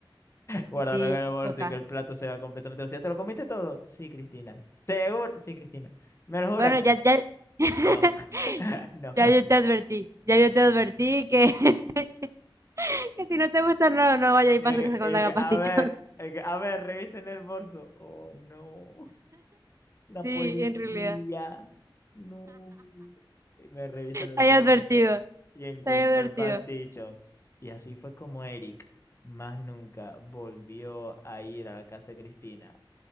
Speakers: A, on the left; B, on the right.
A: Guárdalo
B: Sí,
A: en el bolso
B: toca.
A: y que el plato se va completamente vacío. ¿Te lo comiste todo? Sí, Cristina. ¿Seguro? Sí, Cristina. ¿Me lo juras?
B: Bueno, ya, ya, <laughs>
A: No, <laughs> no.
B: ya yo te advertí. Ya yo te advertí que, <laughs> que si no te gusta, no, no vaya y
A: Eh,
B: pase con
A: eh,
B: la
A: que,
B: pasticho.
A: a ver,
B: <laughs>
A: eh, que, a ver, revisen el bolso. Oh, no.
B: Sí,
A: La policía.
B: en realidad.
A: No. Y Me revisa el
B: te
A: bolso
B: he advertido.
A: y encuentra
B: te he advertido.
A: el pasticho. Y así fue como Eric más nunca volvió a ir a la casa de Cristina.